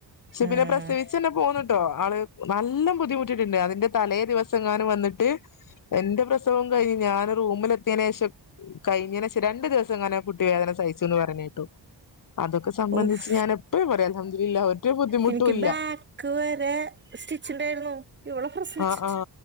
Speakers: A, on the left; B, on the right.
A: ക്ഷെ
B: ഉം
A: പിന്നെ പ്രസവിച്ചന്നെ പോന്നിട്ടോ ആള് നല്ല ബുദ്ധിമുട്ടിട്ടുണ്ട് അതിന്റെ തലേ ദിവസം ങ്ങാനും വന്നിട്ട് എന്റെ പ്രസവം കഴിഞ്ഞ് ഞാൻ റൂമിലെത്തിയതിയേന് ശേഷം കഴിഞ്ഞേന് ശേഷം രണ്ട് ദിവസ ങ്ങനെ കുട്ടി വേദന സഹിച്ചുന്ന് പറഞ്ഞ കേട്ടു അതൊക്കെ സംബന്ധിച്ച്
B: ഊഫ്
A: ഞാൻ എപ്പഴും പറയും അലഹംദുലില്ല ഒരു ബുദ്ധിമുട്ടുംല്ല
B: എനിക്ക് ബാക്ക് വരെ സ്റ്റിച്ചിണ്ടായിരുന്നു ഇവളെ പ്രസവിച്ചിട്ട്
A: ആ ആ